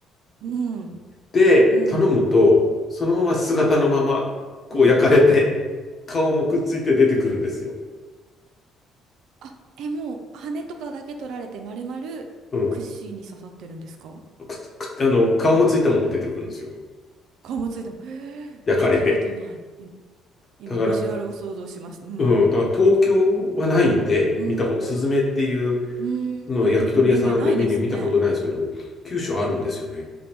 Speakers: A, on the right; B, on the left.
A: うん、
B: で、
A: うん、
B: 頼むと、そのまま姿のまま、こう焼かれて、
A: うん。
B: 顔もくっついて出てくるんですよ。
A: あ、え、もう、羽とかだけ取られて、丸々、
B: うん。
A: 串に刺さってるんですか
B: くっつ、くっあの、顔もついたまま出てくるんですよ。
A: 顔もついても。えー、
B: 焼かれて。
A: 見たことない。今、今ビジュアルを想像しました。
B: だから、
A: うん。
B: うん、だから東京はないんで、
A: うん。
B: 見たこと、スズメっていう
A: うーん、
B: のを焼き鳥屋さんでメニュー見たことないんですけど、
A: メニューないですね。
B: 九州あるんですよね。